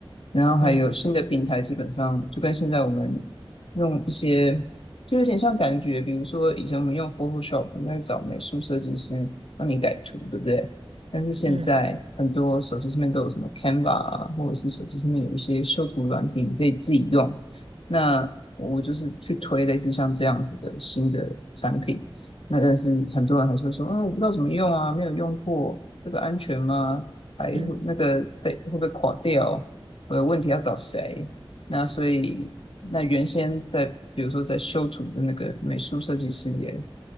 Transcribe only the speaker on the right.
嗯嗯
嗯
嗯